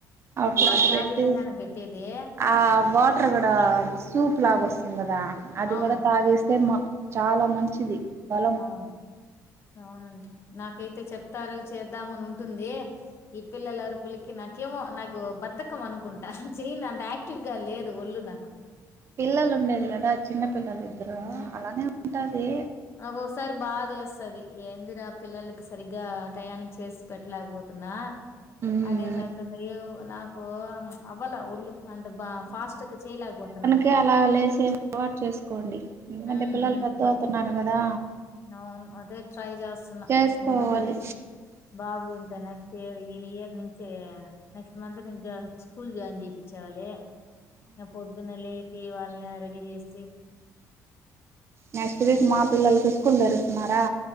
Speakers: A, on the right; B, on the left.
A: అప్పుడు
B: వాడికి
A: అటు పెడితే
B: ఆ విధంగానే పెట్టేది
A: ఆ వాటర్ కూడా సూప్ లాగ వస్తుంది కదా అది
B: అవును.
A: కూడా తాగేస్తే చాలా మంచిది బలం
B: అవును అవునండి నాకైతే చెప్తారు చేద్దామని ఉంటుంది ఈ పిల్లల అరుపులకి నాకేమో నాకు బద్ద్దకం అనుకుంటా చేయను అంత ఆ క్టివ్ గా లేదు ఒళ్ళు నాకు
A: పిల్లలు ఉండేది కదా చిన్న పిల్లలు ఇద్దరు
B: హ
A: అలానే ఉంటది
B: నాకొసారి బాదేస్తది ఏందిరా పిల్లలకి సరిగ్గా టయానికి చేసి పెట్టలేకపోతున్నా
A: మ్మ్
B: అనేసి అంటుంది ఏ నాకు అవ్వల ఒళ్ళు అంటే బా ఫాస్ట్ గా చేయలేకపోతున్నా
A: ఇగా అలా లేసే అలవాటు చేసుకోండి ఎందుకంటే
B: హ్మ్.
A: పిల్లలు పెద్దగా
B: హ్మ్.
A: అవుతున్నారు కదా
B: అవును అదే ట్రై చేస్తున్నా
A: చేసుకోవాలి
B: ఆటోమెటిక్గా బాబు ఇంకా నెక్స్ట్ ఇయర్ ఈ ఇయర్ నుంచి నెక్స్ట్ మంత్ నుంచ స్కూల్ జాయిన్ చేయిపిచ్చావాలి పొద్దున్న లేపి వాళ్ళని రెడీ చేసి
A: నెక్స్ట్ వీక్
B: ఇంకా
A: మా పిల్లలకి స్కూల్ తెరుస్తున్నారా